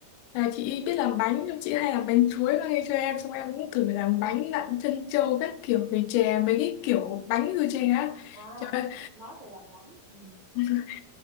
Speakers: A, on the left; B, on the right.
A: là chị biết làm bánh, nhưng chị hay làm bánh chuối mang đi cho em. Xong em cũng thử làm bánh lặn chân trâu các kiểu về chè, mấy cái kiểu bánh rồi chè á.
B: À,
A: Trời ơi,
B: nói về làm bánh, ừ.
A: <laughs>